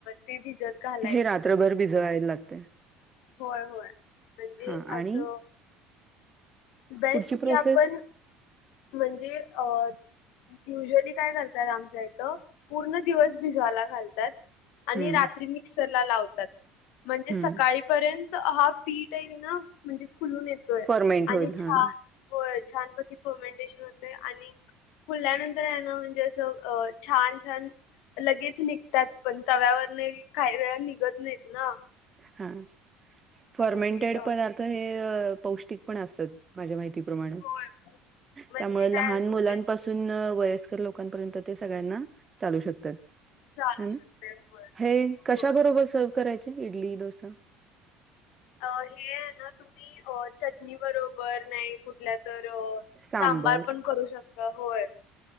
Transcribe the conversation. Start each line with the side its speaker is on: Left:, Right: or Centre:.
Left: ती भिजत घाल
Right: हे रात्रभर भिजवायला लागतय.
Left: होय होय म्हणजे
Right: हां
Left: असं
Right: आणि
Left: बेस्ट
Right: पुढची
Left: की
Right: प्रोसेस?
Left: आपण म्हणजे अं युजव्हली काय करतात आमच्या इथं, पूर्ण दिवस भिजवायला घालतात. आणि
Right: हं,
Left: रात्री मिक्सरला लावतात म्हणजे
Right: हं.
Left: सकाळी पर्यंत हा पीठ आहे ना म्हणजे फुलून येतोय
Right: फर्मेंट होईल.
Left: आणि छान
Right: हां,
Left: होय, छानपैकी पर्मेंटेशन होते आणि फुल्यानंतर आहे ना म्हणजे असं अ छान छान लगेच निघतात पण, तव्यावरले काही वेळा निघत नाहीत ना.
Right: हा फर्मेंटेड
Left: म्हणजे अ,
Right: पदार्थ हे पौष्टिक पण असतात. माझ्या माहितीप्रमाणे
Left: होय म्हणजे
Right: त्यामुळे
Left: काय
Right: लहान
Left: होते
Right: मुलांपासून वयस्कर लोकांपर्यंत ते सगळ्यांना चालू शकतात. हे
Left: चालू शकते
Right: ना,
Left: होय
Right: हे कशा
Left: होय.
Right: बरोबर सर्व्ह करायच? इडली, डोसा.
Left: अ हे ना तुम्ही चटणी बरोबर, नाही कुठल्या तर
Right: सांबर.
Left: सांबार पण करू शकता. होय,